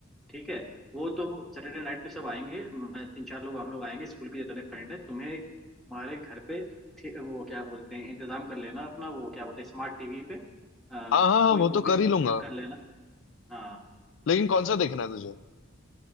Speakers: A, in the centre; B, on the left (about 60°).
A: ठीक है वो तो सैटरडे नाइट में सब आएंगे मैं- तीन चार लोग हम लोग आएंगे स्कूल के जितने फ्रेंड हैं तुम्हें हमारे घर पे थे- वो क्या बोलते हैं इंतजाम कर लेना अपना वो क्या बोलते हैं स्मार्ट टीवी पे आ,
B: हाँ हाँ हाँ,
A: कोई
B: वो
A: मूवीज
B: तो कर ही
A: डाउनलोड
B: लूंगा
A: कर लेना हाँ
B: लेकिन कौन सा देखना है तुझे